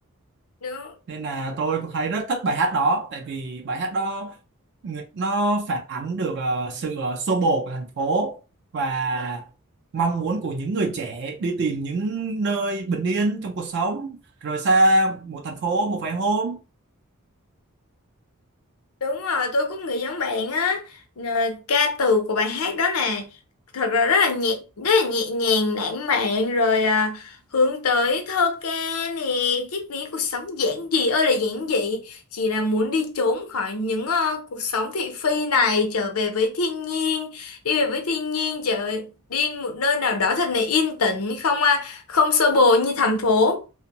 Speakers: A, on the left; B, on the right.
A: Đúng.
B: nên là tôi cũng thấy rất thích bài hát đó tại vì bài hát đó nó phản ánh được ờ, sự ờ, xô bồ của thành phố và mong muốn của những người trẻ đi tìm những nơi bình yên trong cuộc sống rời xa một thành phố một vài hôm
A: Đúng rồi, tôi cũng nghĩ giống bạn á. Rồi, ca từ của bài hát đó nè, thật ra rất là nhẹ, rất là nhẹ nhàng, lãng mạn rồi à, hướng tới thơ ca nè, triết lý cuộc sống giản dị ơi là giản dị, chỉ là muốn đi trốn khỏi những ờ, cuộc sống thị phi này trở về với thiên nhiên, đi về với thiên nhiên trở đi một nơi nào đó thật là yên tĩnh, không à, không xô bồ như thành phố.